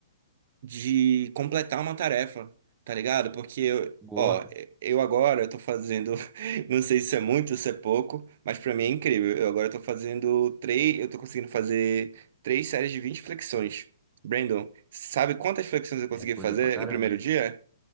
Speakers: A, on the right; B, in the centre.
A: de completar uma tarefa, tá ligado? Porque eu,
B: Boa,
A: ó, eu agora tô fazendo, <laughs> não sei se é muito, se é pouco, mas pra mim é incrível. Eu agora tô fazendo três, eu tô conseguindo fazer três séries de 20 flexões. Brandon, sabe quantas flexões eu consegui
B: é coisa
A: fazer
B: pra caramba.
A: no primeiro dia?